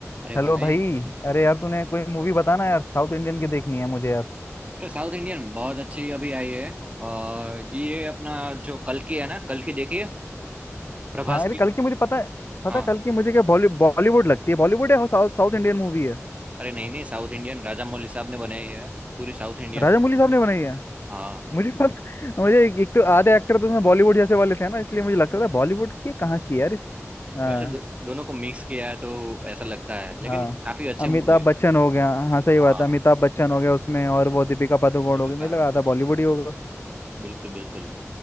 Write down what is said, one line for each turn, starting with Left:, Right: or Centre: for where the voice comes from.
Right: अरे
Left: Hello
Right: भाई
Left: भाई अरे यार तूने कोई मूवी बताना यार साउथ इंडियन की देखनी है मुझे यार
Right: अरे साउथ इंडियन बहुत अच्छी अभी आई है और ये अपना जो कल की है ना कल की देखिए प्रभास
Left: हाँ अरे
Right: की
Left: कल की मुझे पता है पता
Right: हाँ
Left: है, कल की मुझे क्या बॉली बॉलीवुड लगती है बॉलीवुड है साउथ साउथ इंडियन मूवी है
Right: अरे नहीं नहीं साउथ इंडियन राजा मौली साहब ने बनाई है पूरी साउथ इंडियन
Left: राजामौली
Right: है
Left: साहब ने बनाई है
Right: हाँ
Left: मुझे पता <laughs> मुझे एक, एक तो आधे एक्टर तो उसमें बॉलीवुड जैसे वाले थे ना इसलिए मुझे लगता था बॉलीवुड की कहाँ की है यार इस हाँ
Right: वैसे दो, दोनों को मिक्स किया है तो ऐसा लगता है लेकिन
Left: हाँ
Right: काफी अच्छे
Left: अमिताभ
Right: मूवी है
Left: बच्चन हो गया हाँ सही बात
Right: हाँ
Left: है अमिताभ बच्चन हो गया उसमें और वो दीपिका पादुकोण
Right: दीपिका
Left: हो गई मुझे लगा था बॉलीवुड ही होगा
Right: बिल्कुल बिल्कुल